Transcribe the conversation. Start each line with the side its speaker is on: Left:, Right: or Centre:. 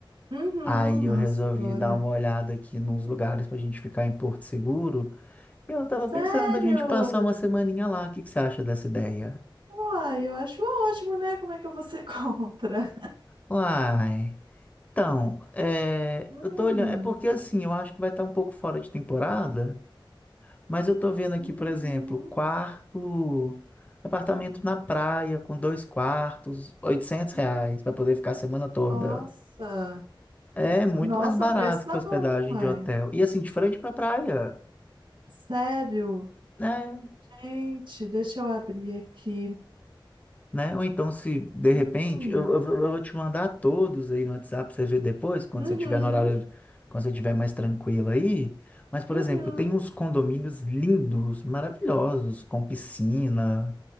Right: Uhum,
Left: aí eu
Right: nossa,
Left: resolvi
Right: Glória.
Left: dar uma olhada aqui nos lugares pra gente ficar em Porto Seguro, e eu tava
Right: Sério?
Left: pensando da gente passar uma semaninha lá. O que que você acha dessa ideia?
Right: Uai, eu acho ótimo, né? Como é que eu vou ser <laughs> contra?
Left: Uai. Então, é,
Right: hum,
Left: eu tô olhando, é porque assim, eu acho que vai estar um pouco fora de temporada. Mas eu tô vendo aqui,
Right: Uhum.
Left: por exemplo, quarto, apartamento na praia com dois quartos, oitocentos reais
Right: hum,
Left: para poder ficar a semana toda.
Right: Nossa,
Left: É muito
Right: nossa,
Left: mais barato
Right: o preço tá
Left: que hospedagem
Right: bom, uai.
Left: de hotel. E assim, de frente pra praia,
Right: Sério?
Left: né?
Right: Gente, deixa eu abrir aqui.
Left: né? Ou então, se de repente,
Right: Hum.
Left: eu, eu, eu vou te mandar todos aí no WhatsApp pra você ver depois, quando
Right: Uhum,
Left: você tiver no horário, quando você tiver mais tranquilo aí. Mas, por
Right: uhum.
Left: exemplo, tem uns condomínios lindos, maravilhosos, com piscina,